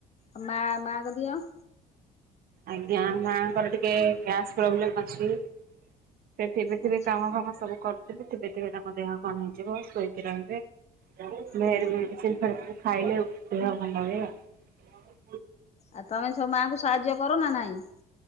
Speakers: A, on the left (about 40°); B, on the right (about 60°).
A: ଆଉ ମା ମାଙ୍କ ଦେହ?
B: ଆଜ୍ଞା ମାଙ୍କର ଟିକେ ଗ୍ୟାସ୍ ପ୍ରୋବ୍ଲେମ୍ ଅଛି। ସେ ଥିବେ ଥିବେ
A: ଆଚ୍ଛା
B: କାମ ଫାମ ସବୁ କରୁଥିବେ ଥିବେ ଥିବେ ତାଙ୍କ ଦେହ କଣ ହେଇଯିବ ଶୋଇକି ରହିବେ। ଫେରେ
A: ଓ
B: ମେଡ଼ିସିନ୍ ଫେଡିସିନ୍ ଖାଇଲେ ଦେହ ଭଲ ହୁଏ।
A: ଆଉ ତମେ ସବୁ ମାଆଙ୍କୁ ସାହାଯ୍ୟ କର ନା ନାଇଁ?